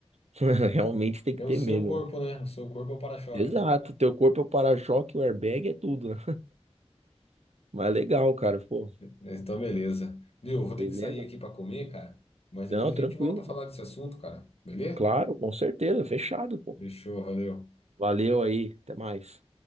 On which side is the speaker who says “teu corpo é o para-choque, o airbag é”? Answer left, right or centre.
Right